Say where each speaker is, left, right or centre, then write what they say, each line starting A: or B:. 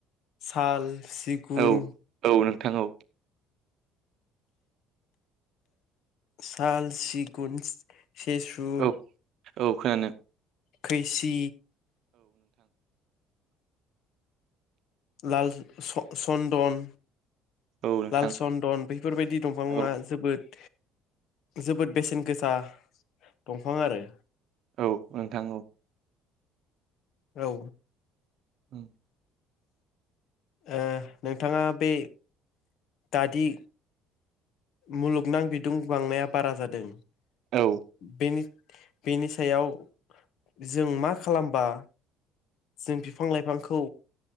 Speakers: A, on the left; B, on the right.
A: साल, सिगुन
B: औ औ नोंथां औ
A: साल, सिगुन सेसु
B: औ औ खोनानो
A: खैसि लाल स सन्दन
B: औ नोंथां
A: लाल सन्दन बेफोरबायदि दंफाङा
B: औ
A: जोबोद जोबोद बेसेन गोसा दंफां आरो
B: औ नोंथां
A: औ
B: औ
A: ओ नोंथाङा बे दादि मुलुगनां बिदुं बांनाया बारा जादों
B: औ
A: बेन बेनि सायाव जों मा खालामबा जों बिफां लाइफांखौ